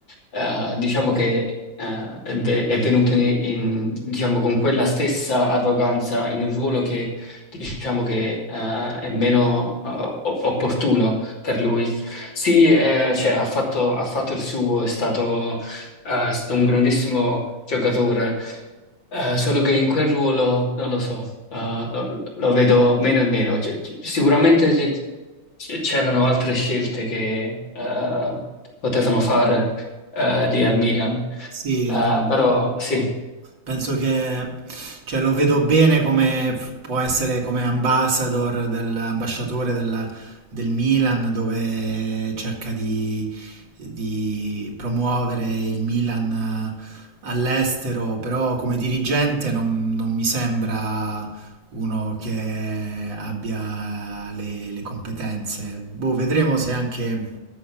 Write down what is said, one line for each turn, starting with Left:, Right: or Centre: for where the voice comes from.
Left: eh, diciamo che eh, è, ve- è venuto in- in- diciamo, con quella stessa arroganza in un ruolo che, diciamo che eh, è meno eh, o- opportuno per lui. Sì, eh, cioè, ha fatto, ha fatto il suo, è stato, eh, è stato un grandissimo giocatore eh, solo che in quel ruolo, non lo so, eh, lo, lo vedo meno e meno. C'è- c'è- sicuramente c'è- c'è- c'erano altre scelte che eh, potevano fare eh, lì al Milan,
Right: Sì,
Left: Eh,
Right: no. no.
Left: però sì,
Right: Penso che cioè, lo vedo bene come f- può essere come ambassador del- ambasciatore del, del Milan, dove cerca di, di promuovere il Milan eh, all'estero, però come dirigente non, non mi sembra uno che abbia le, le competenze. Boh, vedremo se anche,